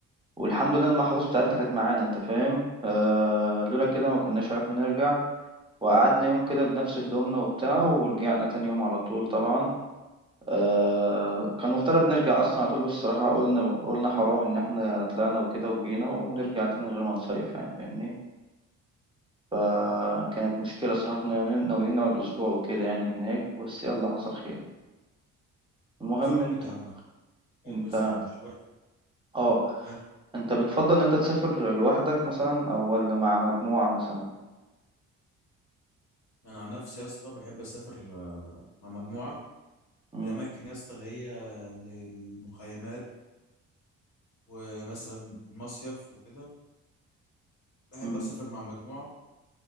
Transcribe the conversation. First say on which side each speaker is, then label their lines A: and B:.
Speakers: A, on the right (about 15°); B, on the left (about 85°).
A: والحمد لله إن المحافظ بتاعتنا كانت معانا أنت فاهم آه، لولا كده ما كناش عرفنا نرجع وقعدنا يوم كده بنفس هدومنا وبتاع ورجعنا تاني يوم على طول طبعا آه، كان المفترض نرجع اصلا على طول بس الصراحه قلنا قلنا حرام ان احنا طلعنا وكده وجينا ونرجع تاني من غير ما نصيف يعني فاهمني فكانت
B: مم.
A: مشكله الصراحه كنا ناويين نقعد اسبوع وكده يعني هناك بس يلا حصل خير المهم
B: حصل خير
A: انت
B: يا عم حاجه
A: انت
B: كويسه يعني مش وحش
A: اه
B: ايه
A: انت بتفضل ان انت تسافر لوحدك مثلا او ولا مع مجموعه مثلا
B: انا عن نفسي يا اسطى بحب اسافر آه، مع مجموعه
A: مم،
B: في الاماكن يا اسطى اللي هي المخيمات ومثلا المصيف وكده بحب
A: مم،
B: اسافر مع مجموعه